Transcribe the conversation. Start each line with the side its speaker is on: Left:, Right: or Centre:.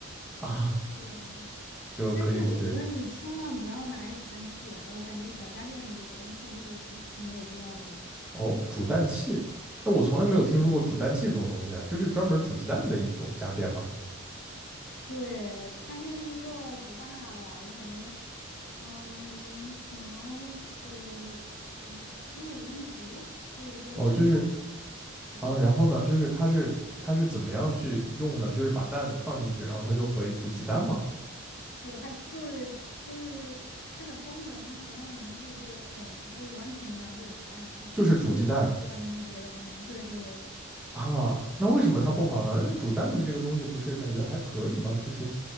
Centre: 啊，
Left: 对，
Centre: <laughs> 就可以去
Left: 但是我觉得你千万不要买煮蛋器啊，我感觉小家电里煮蛋器是一个极其没有必要的东西。
Centre: 哦，煮蛋器，哎，我从来没有听说过煮蛋器这种东西啊，
Left: 对。
Centre: 就是专门煮鸡蛋的一种家电嘛。
Left: 对，它就是一个不大吧，我感觉，嗯，可能呃十十五厘米左右，就是一个正方体。
Centre: 哦，就是
Left: 对，
Centre: 啊，然后呢，就是它是它是怎么样去用呢？就是把蛋放进去，然后它就可以煮鸡蛋嘛，
Left: 对，它就是就是它的功能和它的名字就是很就是完全一样，就是煮蛋，
Centre: 就是煮鸡蛋
Left: 就除了煮蛋之外就没有别的功能。对对对对，
Centre: 啊。那为什么它不好呢？煮蛋的这个东西不是感觉还可以吗？就是